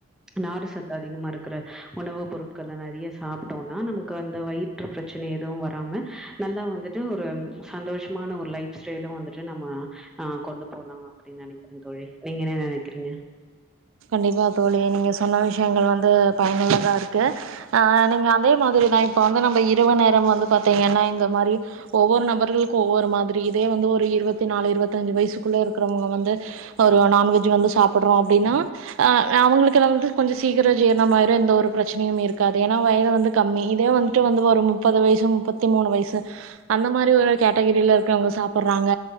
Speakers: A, in the centre; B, on the right.
A: நாறு சத்து அதிகமா இருக்குற உணவு பொருட்கள நெறைய சாப்பிட்டோனா நமக்கு அந்த வயிற்று பிரச்சனை எதுவும் வராம நல்லா வந்துட்டு ஒரு சந்தோஷமான ஒரு லைஃப் ஸ்டைலும் வந்துட்டு நம்ம நா கொண்டு போலான் அப்டின் நெனைக்கிறே தோழி நீங்க என்ன நெனைக் க்குறீங்க
B: கண்டிப்பா தோழி நீங்க சொன்ன விஷயங்கள் வந்து பயனுள்ளதா இருக்கு அ நீங்க அதே மாதிரிதா இப்போ வந்து நம்ப இரவு நேரம் வந்து பாத்திங்கன்னா இந்த மாரி ஒவ்வொரு நபர்களுக்கும் ஒவ்வொரு மாதிரி இதே வந்து ஒரு இருவத்தி நாலு இருவத்தஞ்சு வயசுக்குள்ள இருக்கிறவங்க வந்து ஒரு நான்வெஜ் வந்து சாப்புட்றோம் அப்டின்னா ஆ நா அவங்களுக்குல்லா வந்து கொஞ்ச சீ க்கிரோ ஜீரணம் ஆய்ரும் எந்த ஒரு பிரச்சனையும் இருக்காது ஏன்னா வயது வந்து கம்மி இதே வந்துட்டு வந்து ஒரு முப்பது வயசு முப்பத்தி மூணு வயசு அந்த மாரி ஒரு கேட்டகிரில இருக்குறவங்க சாப்புடுறாங்க